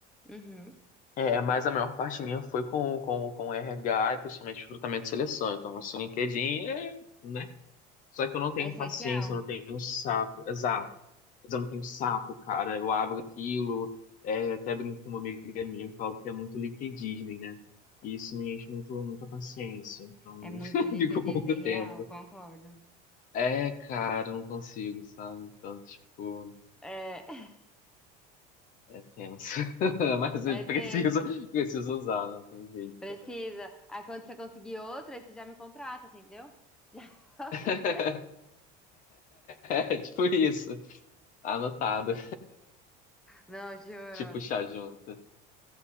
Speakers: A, in the centre; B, on the left (about 40°).
A: Uhum.
B: é, mas a maior parte minha foi com, com, com RH, principalmente recrutamento e seleção. Então, assim, LinkedIn é, né? Só que eu não tenho
A: É essencial?
B: paciência, eu não tenho saco mas eu não tenho saco, cara. Eu abro aquilo, é, até brinco com uma amiga minha e falo que é muito Lick Disney, né? E isso me enche muito, muita paciência, então
A: É muito
B: <laughs>
A: Lica
B: fico
A: Disney
B: pouco
A: real,
B: tempo.
A: concordo.
B: É, cara, eu não consigo, sabe? Então, tipo,
A: É, <laughs>
B: é tenso. <laughs> Mas
A: é
B: eu preciso,
A: tenso.
B: preciso usar, não tem jeito,
A: Precisa.
B: né?
A: Aí quando você conseguir outra, aí você já me contrata, entendeu? Já <laughs> faço
B: <laughs>
A: empresa.
B: É, tipo isso. Anotado.
A: Não, juro.
B: Tipo, chá junto.